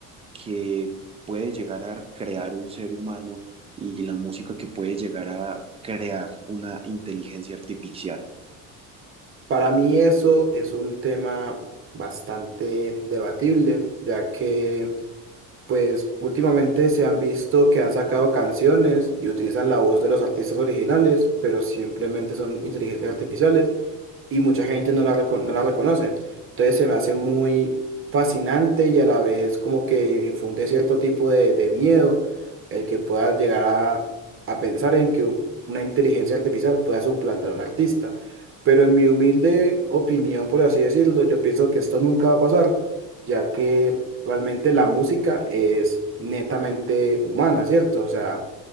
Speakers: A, on the right; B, on the right.
A: que puede llegar a crear un ser humano y la música que puede llegar a crear una inteligencia artificial?
B: Para mí eso es un tema bastante debatible, ya que pues últimamente se han visto que han sacado canciones y utilizan la voz de los artistas originales, pero simplemente son inteligencias artificiales. y mucha gente no la, reco- no la reconoce. Entonces se me hace muy fascinante y a la vez como que infunde cierto tipo de, de miedo el que puedas llegar a, a pensar en que u- una inteligencia artificial pueda suplantar a un artista. Pero en mi humilde opinión, por así decirlo, yo pienso que esto nunca va a pasar, ya que realmente la música es netamente humana, ¿cierto? O sea,